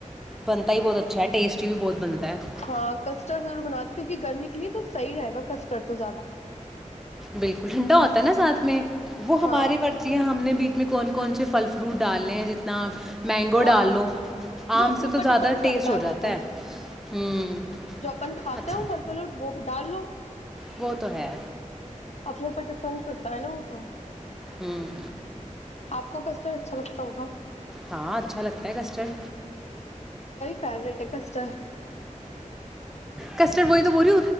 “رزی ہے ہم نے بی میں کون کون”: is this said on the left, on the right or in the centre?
Centre